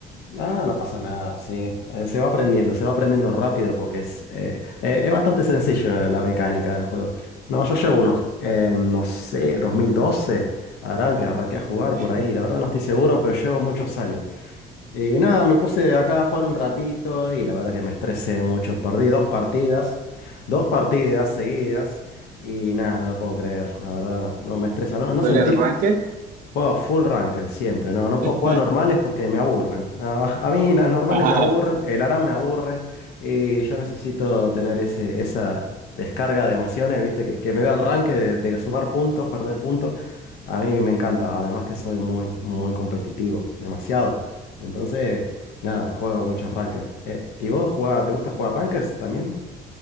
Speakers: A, on the left; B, on the right.
A: Ah, no pasa nada, sí. Eh, se va aprendiendo, se va aprendiendo rápido porque es, eh, eh, es bastante sencillo eh, la mecánica del juego. No, yo llevo unos, eh, no sé, 2012, harán que arranqué a jugar
B: <laughs>
A: por ahí. La verdad no estoy seguro, pero llevo muchos años. Y nada, me puse acá a jugar un ratito y la verdad que me estresé mucho. Perdí dos partidas, dos partidas seguidas y nada, no lo puedo creer. La verdad no, no me estresa. ¿No, no
B: ¿Juegas
A: sentís
B: Ranked?
A: Juego full ranked siempre, no, no
B: <laughs>
A: puedo jugar normales porque me aburren. No, <laughs> a mí las normales
B: Ajá.
A: me aburren, el ARAM me aburre y yo necesito tener ese, esa descarga de emociones, ¿viste? Que, que me da el ranked de, de sumar puntos, perder puntos. A mí me encanta, además que soy muy, muy competitivo, demasiado. Entonces, nada, juego muchos ranked. Eh, ¿y vos jugá- te gusta jugar ranked también?